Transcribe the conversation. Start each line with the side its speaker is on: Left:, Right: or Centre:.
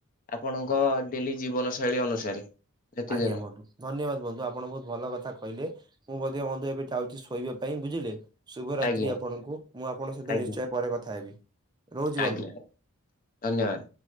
Left: ଆପଣଙ୍କ ଡେଲି ଜୀବନ ଶୈଳୀ ଅନୁସାରେ। ପ୍ରତିଦିନ
Right: ଆଜ୍ଞା ବନ୍ଧୁ ଧନ୍ୟବାଦ ବନ୍ଧୁ ଆପଣ ବହୁତ ଭଲ କଥା କହିଲେ ମୁଁ ମଧ୍ୟ ବନ୍ଧୁ ଏବେ ଟିକ୍ କେ ଯାଉଛି ଶୋଇବା ପାଇଁ ବୁଝିଲେ। ଶୁଭରାତ୍ରି
Left: ଆଜ୍ଞା
Right: ଆପଣଙ୍କୁ ମୁଁ ଆପଣଙ୍କ ସହିତ
Left: ଆଜ୍ଞା
Right: ନିଶ୍ଚୟ ପରେ କଥା ହେବି ରହୁଛି
Left: ଆଜ୍ଞା
Right: ବନ୍ଧୁ।
Left: ଧନ୍ୟବାଦ।